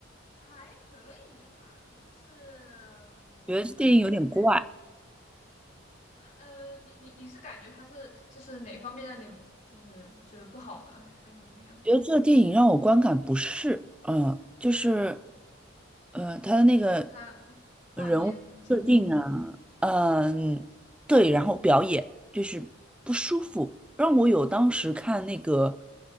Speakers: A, on the left; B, in the centre.
A: 还可以吧，就是嗯，
B: 觉得这电影有点怪，
A: 让人觉得还不错。呃，你你你是感觉它是就是哪方面让你就是觉得不好呢，还是怎么样？
B: 觉得这个电影让我观感不适。嗯，就是，呃，他的那个
A: 看画面镜头。
B: 人物设定啊，嗯，对，然后表演就是不舒服，让我有当时看那个，